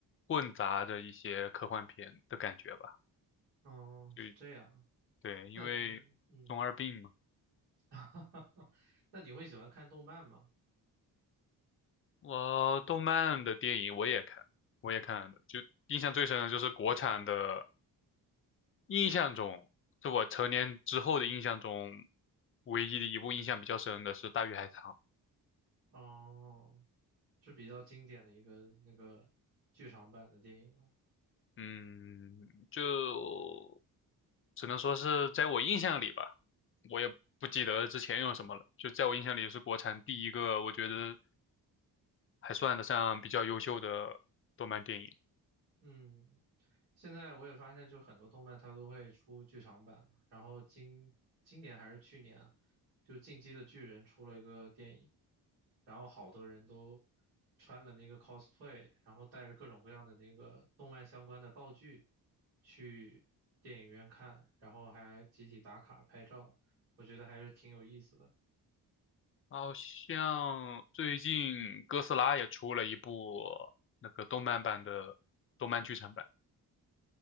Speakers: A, on the left; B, on the right.
A: 混杂着一些科幻片的感觉吧。
B: 哦，
A: 就
B: 是这样，
A: 对，因为中二病嘛。
B: 那你嗯，<laughs> 那你会喜欢看动漫吗？
A: 我动漫的电影我也看，我也看的，就印象最深的就是国产的印象中，是我成年之后的印象中，唯一的一部印象比较深的是《大鱼海棠》。
B: 哦。是比较经典的一个那个剧场版的电影了。
A: 嗯，就只能说是在我印象里吧，我也不记得之前有什么了。就在我印象里，是国产第一个我觉得还算得上比较优秀的动漫电影。
B: 嗯，现在我也发现，就很多动漫它都会出剧场版嘛。然后今今年还是去年啊，就《进击的巨人》出了一个电影，然后好多人都穿了那个 cosplay，然后带着各种各样的那个动漫相关的道具去电影院看，然后还集体打卡拍照，我觉得还是挺有意思的。
A: 好像最近哥斯拉也出了一部那个动漫版的动漫剧场版，